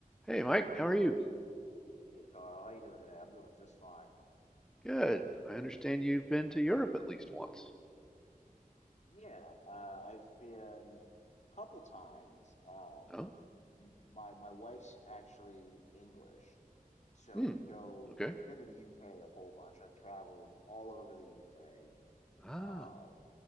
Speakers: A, in the centre; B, on the left.
A: Hey Mike, how are you?
B: Hey Carl, how you doing today? I'm doing just fine.
A: Good. I understand you've been to Europe at least once.
B: Yeah, uh, I've been a couple times. Uh,
A: Oh,
B: m- my my wife's actually English, so
A: hmm,
B: we go.
A: okay.
B: We've been to the UK a whole bunch. I've traveled all over the UK,
A: Ah,
B: um,